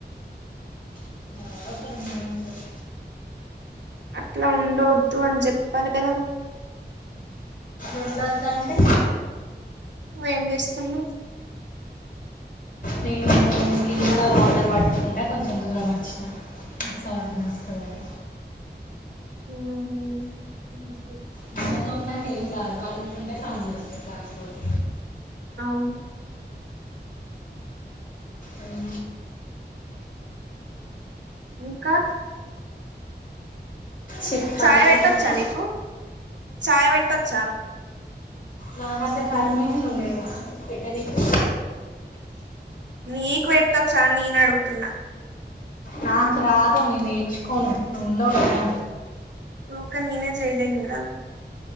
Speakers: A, on the left (about 50°); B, on the right (about 85°).
A: ఎవరో ఒకరు ఉంటూనే ఉంటారు
B: అట్లా ఉండవద్దు అని చెప్పాలి కదా.
A: ఉండదంటే
B: నువ్వేం చేస్తున్నావు
A: నేను గిన్నెలో ఆర్డర్ పట్టుకుంటడా కొంచెం దూరం వచ్చినకు నీకు సౌండ్ ఇనస్తదని
B: ఉం
A: మీ అన్న తోంతంటే ఏం రాదు కాడుగుతుంటే సౌండ్ వస్తది కాకపోతే
B: అవును
A: అని
B: ఇంకా.
A: చెప్పాలి
B: చాయ్ పెట్టొచ్చా
A: ఇంకా
B: నీకు. చాయ్ పెట్టొచ్చ.
A: నాకంతా కర్మేంది నువ్వు లేవ పెట్టనీకి.
B: నీకు ఎట్టొచా నేను అడుగుతున్నా.
A: నాకు రాదు నేనేర్చుకోను నువ్వున్నావు గదా.
B: ఒకా నేనె చేయలేను గదా.